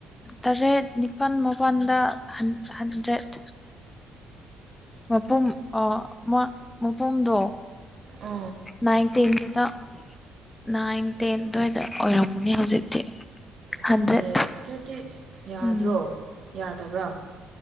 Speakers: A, on the left; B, on the right.
A: ꯇꯔꯦꯠ ꯅꯤꯄꯥꯜ ꯃꯄꯜꯗ ꯍꯟꯗ꯭ꯔꯦꯠ ꯃꯄꯨꯝ ꯑ ꯃꯄꯨꯝꯗꯣ
B: ꯑꯥ
A: ꯅꯥꯏꯟ ꯇꯦꯟꯗꯨꯗ ꯅꯥꯏꯟ ꯇꯦꯟ ꯑꯗꯨꯋꯥꯏꯗ ꯑꯣꯏꯔꯝ ꯃꯅꯦ ꯍꯧꯖꯤꯛꯇꯤ ꯍꯟꯗ꯭ꯔꯦꯠ
B: ꯍꯟꯗ꯭ꯔꯦ ꯑꯗꯨꯗꯤ ꯌꯥꯗ꯭ꯔꯣ
A: ꯎꯝ
B: ꯌꯥꯗꯕ꯭ꯔꯥ